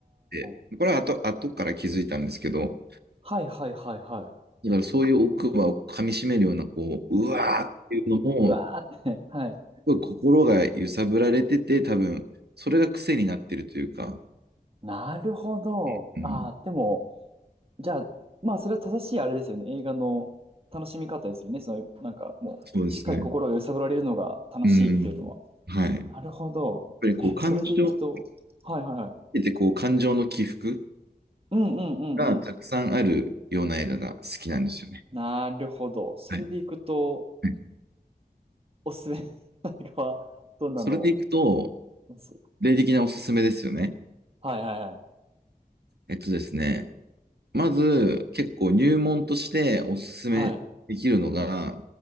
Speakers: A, on the right; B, on the right.
A: 言って、
B: ー。
A: これは後、後から気づいたんですけど、
B: はいはいはいはい。
A: だからそういう奥歯を噛み締めるような、こう、うわーっていうのも、
B: うわーって。
A: す
B: はい。
A: ごい心が揺さぶられてて、多分、それが癖になってるというか、
B: なるほど。
A: うん、
B: あー、でも、じゃあ、まあ、それは正しいあれですよね。映画の楽しみ方ですよね。その、なんかもう、
A: そうですね。
B: しっかり心が揺さぶられるのが楽しいっていうのは。
A: うん。はい。やっ
B: なるほど。
A: ぱりこう、
B: え、
A: 感情、
B: それでいくと、はいはいはい。
A: 見ててこう、感情の起伏
B: うんうんうんうん。
A: がたくさんあるような映画が好きなんですよね。
B: なるほど。それでいくと、
A: はい。うん
B: おすすめの映画はどんなの
A: それでいくと、
B: ます
A: 例的なおすすめですよね。
B: はいはいはい。
A: えっとですね、まず、結構入門としておすすめできるのが、
B: はい。